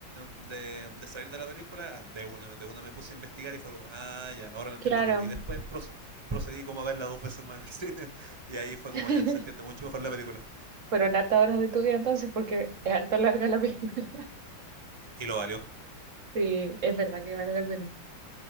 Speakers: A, on the right; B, on the right.
A: de, de salir de la película, de una, de una me puse a investigar y fue como, ah, ya, ahora lo entiendo
B: Claro.
A: todo. Y después proce- procedí como a verla dos veces más en el cine. <laughs> Y ahí fue
B: <laughs>
A: como, ya, se entiende mucho mejor la película.
B: Fueron hartas horas de tu vida entonces, porque es harta larga la película. <laughs>
A: Y lo valió,
B: Sí, es verdad que vale la pena.